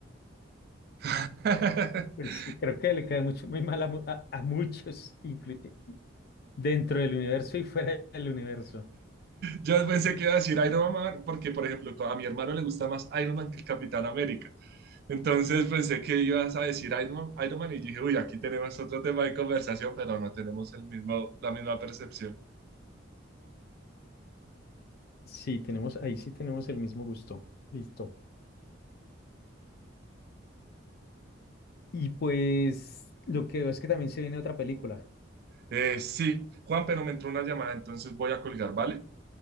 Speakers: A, on the right (about 50°); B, on the left (about 50°).
A: <laughs>
B: Pues sí, creo que le cae mucho, muy mal a, mu- a- a muchos, inclu- dentro del universo y fuera del universo.
A: Yo pensé que iba a decir Iron Man porque, por ejemplo, a mi hermano le gusta más Iron Man que el Capitán América. Entonces pensé que ibas a decir Iron Man, Iron Man y dije, uy, aquí tenemos otro tema de conversación, pero no tenemos el mismo, la misma percepción.
B: Sí, tenemos, ahí sí tenemos el mismo gusto. Listo. Y pues lo que veo es que también se viene otra película.
A: Eh, sí, Juan, pero me entró una llamada, entonces voy a colgar, ¿vale?